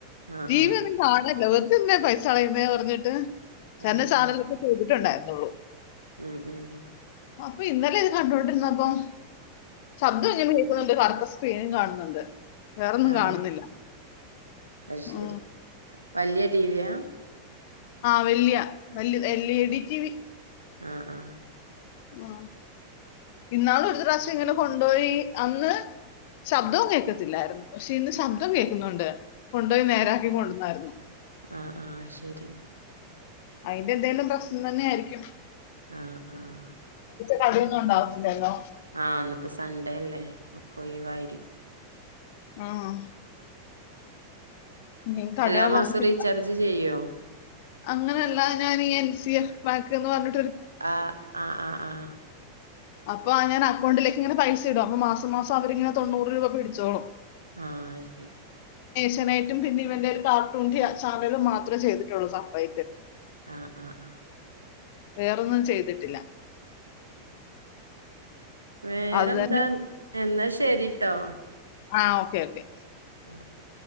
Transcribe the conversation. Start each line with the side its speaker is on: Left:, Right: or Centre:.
Right: ആഹ്
Left: ടിീ
Right: ആഹ്
Left: വി അങ്ങ നാടല്ല ന്നെ പൈസ അളയുന്നേ പറഞ്ഞിട്ട് ച
Right: ആഹ് ആഹ്
Left: സാധനിലൊക്കെ
Right: ആഹ്
Left: ചെയ്തിട്ടുണ്ടായിരുന്നു ഉ
Right: ഉം ഉം
Left: അപ്പൊ ഇന്നലെ ഇത് കണ്ടൊണ്ടിരുന്നപ്പം ശബ്ദം ഇങ്ങനെ കേൾക്കുന്നുണ്ട് കറുത്ത സ്ക്രീനും കാണുന്നുണ്ട് വേറൊന്നും
Right: ആഹ്
Left: കാണുന്നില്ല
Right: അത് ശരി
Left: ഉ
Right: വലിയ ടടിവിയാ
Left: ആഹ വല്യ വല് L E D T V
Right: ആഹ ആഹ
Left: ഉ ഇന്നാള ഒരു പ്രാവശ്യം ഇങ്ങനെ കൊണ്ടുപോയി അന്ന് ശബ്ദവും കേൾക്കത്തില്ലായിരുന്നു പക്ഷെ ഇന്ന് ശബ്ദം കേൾക്കുന്നുണ്ട് കൊണ്ടപോയി നേരാക്കി കൊണ്ടുവന്നായിരുന്നു
Right: ആ ആഹ ശരി
Left: അതിന്റെ എന്തെങ്കലും പ്രശ്നം തന്നെ ആായിരിക്കും
Right: ആഹ ആഹ
Left: കളിയൊന്നും ഉണ്ടാവില്ലല്ലോ
Right: ആഹ് അപ്പൊ സ അതല്ലേ ഒക്ക ഒയവായിരിക്കും
Left: ആഹ ഇ കടളാത്തില്ല
Right: എല്ലാ മാസവും റീചാർജ് ചെയ്യോ
Left: അങ്ങനെയല്ല ഞാനീ എൻ സ ബാക്ക എന്ന് പറഞ്ഞു
Right: ആഹ് ആഹ് ആഹ ആഹ്
Left: അപ്പൊ ആ ഞാൻ അക്കൗണ്ടിലേക്ക് ഇങ്ങനെ പൈസ ഇടും അപ്പൊ മാസംസം അവരിങ്ങനെ തൊണ്ണൂറ് രൂപ പിടിച്ചോളും
Right: ആഹ ശരിയ
Left: അച്നായിട്ടും പിന്നെ ഇവന്റെ ഒരു കാർട്ടൂൺ ചാർണല മാത്രേ ചെയ്തിട്ടുള്ളൂ സർപ്പൈ്
Right: ആഹ് ആഹ് ആഹ
Left: വേറൊന്നും ചെയ്തിട്ടില്ല
Right: വേറെന്താ
Left: അത് തന്നെ
Right: എന്നാ ശരിട്ടോ
Left: ആ ഓക്കേ ഓക്കെ
Right: ഓക്കെ